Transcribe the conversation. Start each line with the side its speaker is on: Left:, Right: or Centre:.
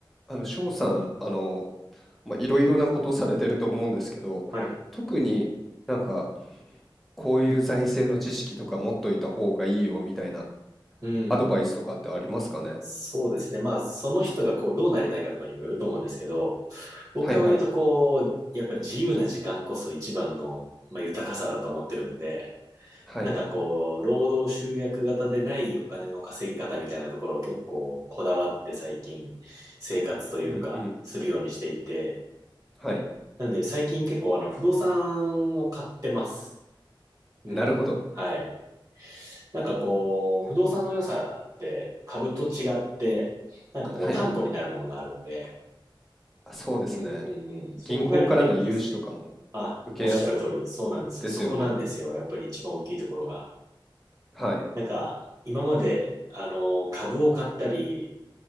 Centre: あの、翔さん、あの、まあ、いろいろなことされてると思うんですけど、
Right: はい。
Centre: 特になんか、こういう財政の知識とか持っといた方がいいよみたいな
Right: うん。
Centre: アドバイスとかってありますかね？
Right: そうですね。まあ、その人がこう、どうなりたいかとかにもよると思うんですけど、僕は割とこう、
Centre: はいはい。
Right: やっぱり自由な時間こそ一番の、まあ、豊かさだと思ってるんで、
Centre: はい。
Right: なんかこう、労働集約型でないお金の稼ぎ方みたいなところを結構こだわって最近生活というか、
Centre: うんうん。
Right: するようにしていて、
Centre: はい。
Right: なんで最近結構あの、不動産を買ってます。うん。
Centre: なるほど。
Right: はい。なんかこう、不動産の良さって株と違って、なんかこう担保になるものがあるんで、
Centre: はい。あ、そうですね。
Right: うんうんうん。
Centre: 銀行からの融資とかも
Right: そこがやっぱりいいですね。あ、
Centre: 受けやす
Right: おっしゃる通り、そうなんですよ。
Centre: ですよね。
Right: そこなんですよ。やっぱり一番大きいところが。
Centre: はい。
Right: なんか、今まで、あの、株を買ったり、